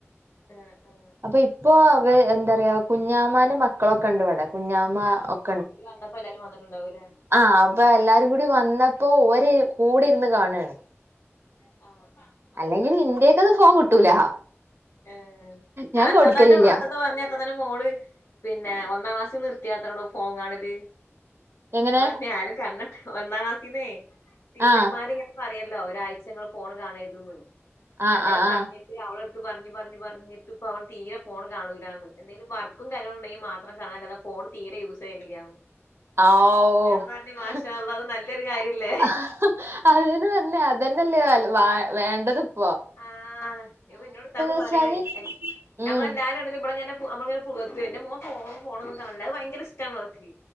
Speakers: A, on the left; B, on the right.
A: ആ ആ
B: അപ്പൊ ഇപ്പോ അവ എന്താ പറയാ കുഞ്ഞാമാൻ്റേ മക്കളൊക്കെ ഇണ്ട് ഇവിടെ കുഞ്ഞാമ്മ ഓഹ്
A: ഇപ്പ വന്നപ്പോ എല്ലാരും വന്നിട്ടുണ്ടാവൂലേ
B: ആ അപ്പൊ എല്ലാരും കൂടി വന്നപ്പോ ഓര് കൂടെ ഇരുന്ന് കാണാണ്
A: ആ
B: അല്ലെങ്കിലും ഇന്റെക്കെന്ന് ഫോൺ കിട്ടൂല
A: ഏ
B: ഞാൻ കൊടുക്കലില്ല
A: ത്തതന്റെ അത്താത പറഞ്ഞ് ഇത്താത്താന്റെ മോള് പിന്നെ ഒന്നാം ക്ലാസ്സിന്ന് നിർത്തിയാതാടോ ഫോൺ കാണല്
B: എങ്ങനെ
A: ഞാൻ പറഞ്ഞ് ആരും കണ്ണ്ട്ട ഒന്നാം ക്ലാസ്സിന്ന് ടീച്ചർമാര്ങ്ങനെ
B: ആഹ്
A: പറിയല്ലോ ഒരാഴ്ച്ച നിങ്ങൾ ഫോൺ കാണരുതന്ന്
B: ആഹ്
A: അങ്ങനെ
B: ആഹ്
A: പറഞ്ഞിട്ട്
B: ആഹ്
A: അവള ഇത് പറഞ്ഞ് പറഞ്ഞ് പറഞ്ഞിട്ട് ഇപ്പോൾ അവൾ തീരെ ഫോൺ കാണൂല്ല എന്ന് എന്തെകിലും വർക്കും കാര്യങ്ങളും ഉണ്ടെങ്കിൽ മാത്രം കാണാലാതെ ഫോൺ തീരെ യൂസ് ചെയ്യലില്ലാന്ന്
B: ആഹ് ഓഹ്
A: ഞാൻ പറഞ്ഞു മാഷാ അള്ളാ
B: <unintelligible>
A: അത് നല്ലൊരു കാര്യല്ലേ
B: ഇതന്നല്ലേ വ വേണ്ടതും
A: ആ ഇന്നോട് ഇത്താത
B: വെച്ചാല്
A: പറയണേ
B: ഉം
A: അമ്മളെല്ലാരും ഇപളങ്ങനെ നമ്മളെ പുകൈത്തും എന്റെ മോൻ ഫോണോന്നും കാണൂല്ല അത് ഭയങ്കര ഇഷ്ടാണ് അവക്ക്